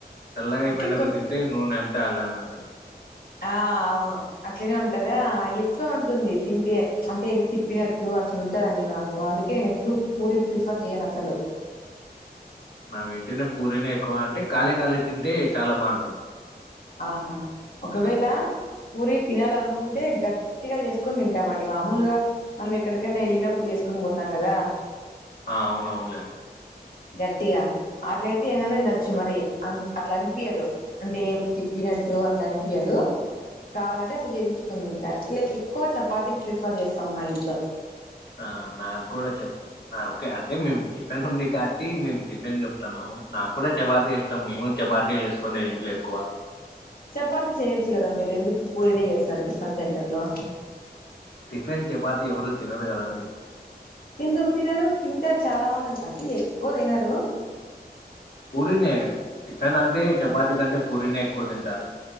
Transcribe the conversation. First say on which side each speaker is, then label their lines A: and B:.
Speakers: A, on the left; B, on the left.
A: చల్లగా అయిపోయినాక
B: అంటే కొ
A: తిన్ టే నూనె అంతా అలానే ఉంటుం
B: ఆ అవును అట్లనే ఉంటదా ఎట్లో ఉంటుంది తింటే అంటే తిప్పినట్టు అట్లుంటదండి మాకు అందుకే నే ప్పుడూ పూరి ప్రిఫర్ చెయ్యను అసలు
A: నాకైతేనే పూరీనే ఎక్కువ అంటే కాలే కాలే తింటే చాలా బావుంటుంది
B: ఆహా ఒకవేళ పూరీ తినాలనుకుంటే గట్టిగా చేసుకొని తింటామండి మామూలుగా మనం ఎక్కడికన్నా ఎళ్ళినప్పుడు చేసుకుని పోతాం కదా
A: ఆ అవునవునులేం
B: గట్టిగా అట్లయితే ఏన్నన్నా దినచ్చు మరి అన్ అట్లన్పియ్యదు అంటే ఏం తిప్పినట్టు అట్లా అన్పియ్యదు కావాలంటే అట్లా చేపిచ్చుకొని దింటా లే ఎక్కువ చపాతి ప్రిఫర్ చేస్తాం మా ఇంట్లో
A: ఆ నాకు కూడ చపా ఓకే అంటే మేము టిఫిన్ ఉంది కాబట్టి మేము టిఫిన్ చెప్తతున్నాము నాకు కూడా చపాతే ఇష్ ష్టం మేము చపాతీ చేసుకుండేది ఇంట్లో ఎక్కువ
B: చపాతి చేయొచ్చు కదా మీరు ఎందుకు పూరినే చేస్తారు టిఫిన్ సెంటర్ లో
A: టిఫిన్ చపాతి ఎవరు తినరు కదండి
B: ఎందుకు తినరు తింటారు చాలా మంది అంటే అండి ఎక్కువ తినరు
A: పూరీనే టిఫెన్ అంటే చపాతి కంటే పూరీనే ఎక్కువ తింటారు